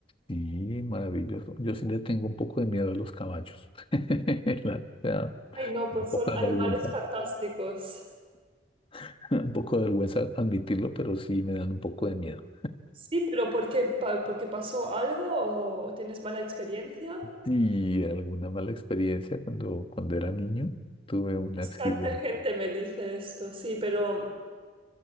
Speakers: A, on the left (about 30°); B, on the right (about 30°).
A: Sí, maravilloso. Yo sí le tengo un poco de miedo a los caballos. <laughs> La- me da
B: Ay, no, pues
A: un poco
B: son
A: de
B: animales
A: vergüenza,
B: fantásticos.
A: <laughs> un poco de vergüenza admitirlo, pero sí me dan un poco de miedo.
B: Sí, pero ¿por qué? Pa- ¿Porque pasó algo o, o tienes mala experiencia?
A: Y alguna mala experiencia cuando, cuando era niño, tuve un
B: Bastante
A: accidente.
B: gente me dice esto, sí, pero